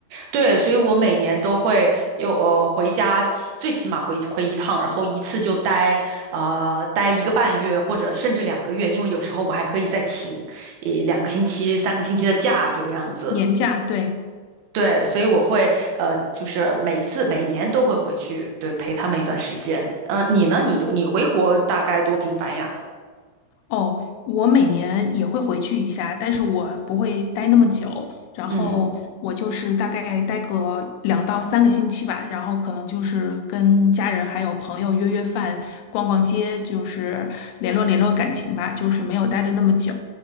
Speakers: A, on the right (about 75°); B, on the left (about 90°).
A: 对，所以我每年都会有呃回家起，最起码回回一趟，然后一次就待呃待一个半月或者甚至两个月，因为有时候我还可以再请一两个星期、三个星期的假这个样子。
B: 年假，对。
A: 对，所以我会呃就是每次每年都会回去，对，陪他们一段时间。嗯，你呢？你都你回国大概多频繁呀？
B: 哦，我每年也会回去一下，但是我不会待那么久，然后我就是大概待个两到三个星期吧，
A: 嗯。
B: 然后可能就是跟家人还有朋友约约饭、逛逛街，就是联络联络感情吧，就是没有待的那么久。